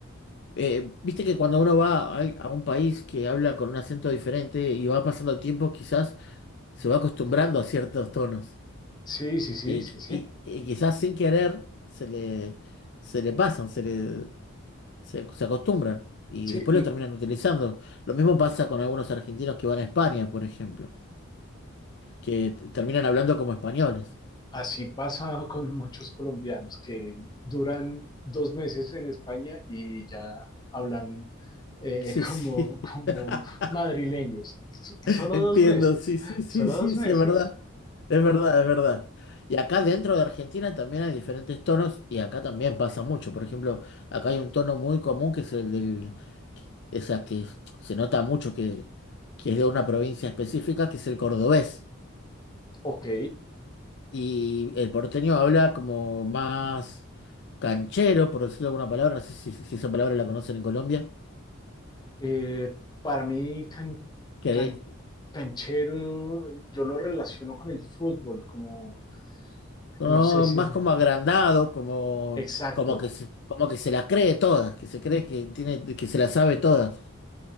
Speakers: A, on the left; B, on the left.
A: Eh, viste que cuando uno va a, a un país que habla con un acento diferente y va pasando el tiempo, quizás se va acostumbrando a ciertos tonos
B: sí, sí, sí,
A: y,
B: sí, sí.
A: y- y quizás sin querer se le, se le pasan, se le, se, se acostumbran. Y
B: Sí,
A: después lo terminan utilizando. Lo mismo pasa con algunos argentinos que van a España, por ejemplo, que t- terminan hablando como españoles.
B: Así pasa con muchos colombianos que duran dos meses en España y ya hablan eh,
A: Sí,
B: <laughs>
A: sí.
B: como, como
A: <laughs>
B: madrileños. S- Solo
A: Entiendo,
B: dos meses,
A: sí, sí, sí,
B: solo
A: sí,
B: dos
A: sí,
B: meses.
A: es verdad. Es verdad, es verdad. Y acá dentro de Argentina también hay diferentes tonos y acá también pasa mucho. Por ejemplo, acá hay un tono muy común que es el del, que- o sea, que es- se nota mucho que, que es de una provincia específica, que es el cordobés.
B: Ok,
A: Y el porteño habla como más canchero, por decirlo de alguna palabra, no sé si, si esa palabra la conocen en Colombia.
B: eh, para mí can-
A: Canchero.
B: can- canchero yo lo relaciono con el fútbol, como
A: No,
B: no sé si...
A: más como agrandado, como,
B: Exacto.
A: como que se, como que se la cree todas, que se cree que tiene, que se la sabe todas.